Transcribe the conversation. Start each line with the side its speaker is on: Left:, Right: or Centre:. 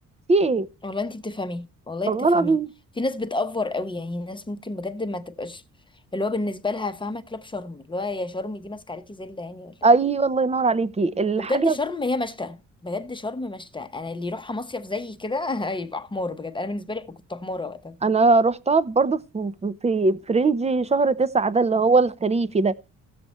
Right: في ايه
Left: <laughs> والله انت بتفهمي والله
Right: والله
Left: بتفهمي
Right: العظيم
Left: في ناس بتأفور قوي يعني ناس ممكن بجد ما تبقاش اللي هو بالنسبة لها فاهمة كلاب شرم اللي هو يا شرم دي ماسكة عليكي زلة يعني ولا ايه
Right: ايوه الله ينور عليكي الحاجه
Left: وبجد شرم هي مشتى بجد شرم مشتى انا اللي يروحها مصيف زي كده <laughs> هيبقى حمار بجد انا بالنسبة لي كنت حمارة وقتها
Right: انا رحتها برضو في في في رينج شهر تسعة ده اللي هو الخريفي ده